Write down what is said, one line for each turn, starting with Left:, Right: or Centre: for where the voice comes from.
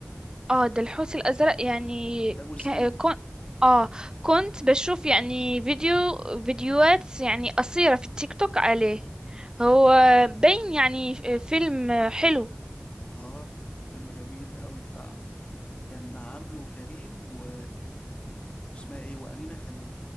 Right: اه ده الحوت الازرق يعني
Left: ده جزئين
Right: ك- كون اه كنت بشوف يعني فيديو فيديوهات يعني قصيرة في التيك توك عليه هو بين يعني فيلم حلو
Left: اه فيلم جميل قوي بتاع كان عامله كريم و... اسمها ايه وأمينة خليل